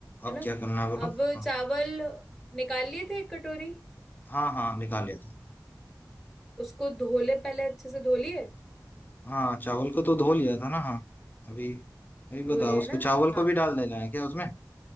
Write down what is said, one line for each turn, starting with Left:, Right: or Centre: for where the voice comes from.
Left: अब
Centre: है ना
Left: क्या करना है बोलो
Centre: अब
Left: हाँ
Centre: चावल निकाल लिए थे एक कटोरी
Left: हाँ हाँ निकाल लिया था
Centre: उसको धो ले पहले अच्छे से धो लिए
Left: हाँ चावल को तो धो लिया था ना हाँ अभी अभी बताओ
Centre: धो लिया
Left: उसको
Centre: है ना
Left: चावल को
Centre: हाँ
Left: भी डाल देना है क्या उसमें